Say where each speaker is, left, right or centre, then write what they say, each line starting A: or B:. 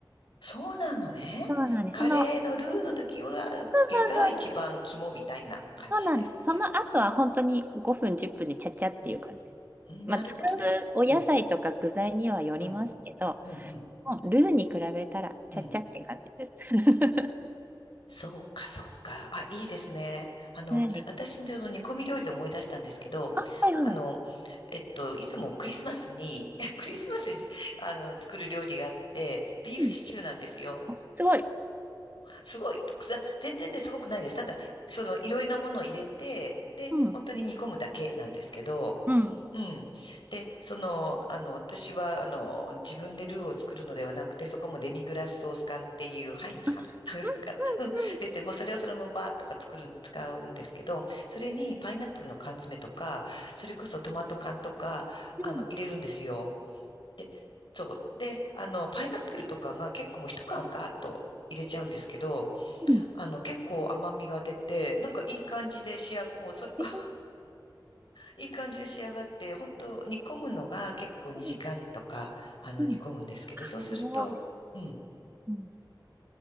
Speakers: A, on the left; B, on the right.
A: そうなのね。
B: そうなんです。
A: カレーのルーの時は、
B: その、そうそうそう、
A: 結果一番肝みたいな感じですか。
B: そうなんです。その後は本当に5分、
A: じゃあそうすると。
B: 10分でちゃちゃっていう感じです。
A: うん。うん。
B: まあ、
A: なるほどですね。
B: 使うお野菜とか具材にはよりますけど、
A: うん。うん。うん。うん。
B: もうルーに比べたらちゃちゃって感じです。
A: うん
B: <laughs>
A: そうか、そうか。あ、いいですね。あの、
B: はい。
A: 私、その煮込み料理で思い出したんですけど、
B: あ、はいはい。
A: あの、えっと、いつもクリスマスに、<laughs> クリスマスに、あの、作る料理があって、ビーフシチューなんですよ。
B: うん。あすごい。
A: すごい、とくさ、全然ね、すごくないです。ただ、その、いろいろなものを入れて、で、
B: うん。
A: 本当に煮込むだけなんですけど、
B: うん。
A: うん。で、その、あの、私は、あの、自分でルーを作るのではなくて、そこもデミグラスソース缶っていう、ハインツかな
B: あ、うん、
A: <laughs> から、
B: うん、
A: うん。出て、もうそれをそのままバーッとか作るん、使うんですけど、それにパイナップルの缶詰とか、それこそトマト缶とか、
B: うん、
A: あの、
B: う
A: 入れるんですよ。で、そう。で、あの、パイナップルとかが結構もう一缶ガーッと入れちゃうんですけど、
B: ん。うん
A: あの、結構甘みが出て、なんかいい感じで仕上が、<laughs> もうそれ、
B: え
A: <laughs> いい感じで仕上がって、本当煮込むのが結構2時間とか、
B: ー
A: あの、
B: うん、
A: 煮込むんですけど、そうすると、
B: すごい。
A: うん、
B: うん、